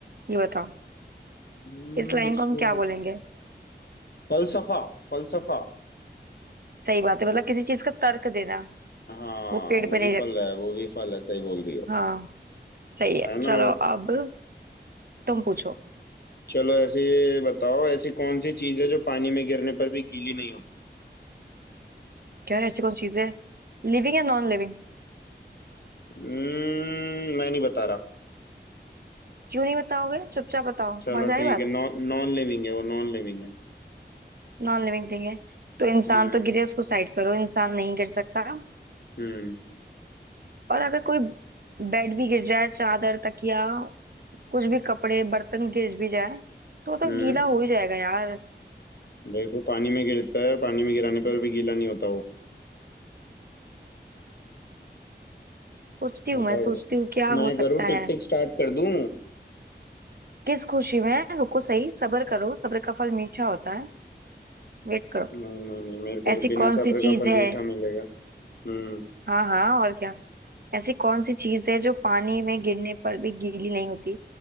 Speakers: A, on the right; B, on the left.
A: ये बताओ
B: हम्म,
A: इस लाइन
B: उसको-
A: को हम क्या बोलेंगे
B: फलसफा फलसफा
A: सही बात है मतलब किसी चीज का तर्क देना
B: हाँ
A: वो पेड़
B: वो
A: पे नहीं
B: भी फल
A: रख
B: है वो भी फल है सही बोल रही हो
A: हाँ सही है
B: है ना
A: चलो अब तुम पूछो
B: चलो ऐसे ये बताओ ऐसी कौन सी चीज है जो पानी में गिरने पर भी गीली नहीं होती
A: क्या ऐसी कौन चीज है लिविंग या नॉन लिविंग
B: हम्म मैं नहीं बता रहा
A: क्यों नहीं बताओगे चुपचाप बताओ
B: चलो
A: समझ आई
B: ठीक
A: बात
B: है नॉन नॉन लिविंग है वो नॉन लिविंग है
A: नॉन लिविंग थिंग है तो इंसान
B: हम्म
A: तो गिरे उसको साइड करो इंसान नहीं गिर सकता
B: हम्म
A: और अगर कोई बेड भी गिर जाए चादर तकिया कुछ भी कपड़े बर्तन गिर भी जाए तो वो तो
B: हम्म
A: गीला हो ही जाएगा यार
B: देखो पानी में गिरता है पानी में गिराने पर भी गीला नहीं होता वो
A: सोचती हूँ
B: बताओ
A: मैं सोचती
B: बताओ
A: हूँ क्या हो
B: मैं
A: सकता
B: करूँ टिक
A: है
B: टिक स्टार्ट कर दूं
A: किस खुशी में रुको सही सब्र करो सब्र का फल मीठा होता है वेट करो
B: नहीं नहीं नहीं मेरे को
A: ऐसी
B: तो बिना
A: कौन
B: सब्र
A: सी चीज
B: का फल
A: है
B: मीठा मिलेगा हम्म
A: हाँ हाँ और क्या ऐसी कौन सी चीज है जो पानी में गिरने पर भी गीली नहीं होती